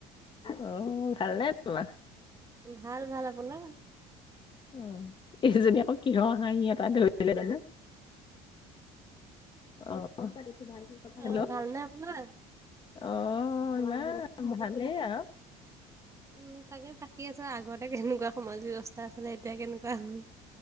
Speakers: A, on the left; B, on the right.
A: অ ভাল নে তোমাৰ?
B: ভাল ভাল। আপোনাৰ?
A: অ এইকেইজনী আকৌ কিহৰ হাঁহি এটা ধৰিলে জানো অঁ অঁ।
B: অ',
A: হেল্ল'
B: ভালনে আপোনাৰ?
A: অঁ ইমান ভালেই আৰু।
B: উম তাকে পাতি আছোঁ আগতে কেনেকুৱা সমাজ ব্যৱস্থা আছিলে এতিয়া কেনেকুৱা হল